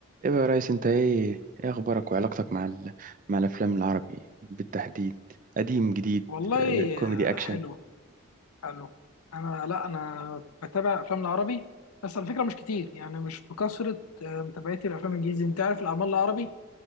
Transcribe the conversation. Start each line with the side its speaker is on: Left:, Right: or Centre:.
Right: ايه بقى يا ريس انت ايه ايه اخبارك وعلاقتك مع ال... مع الافلام العربي بالتحديد قديم جديد
Left: والله
Right: آه، كوميدي اكشن
Left: آه، حلو حلو انا لا انا بتابع افلام العربي بس على فكره مش كتير يعني مش بكثره آه، متابعتي الافلام الانجليزي انت عارف الاعمال العربي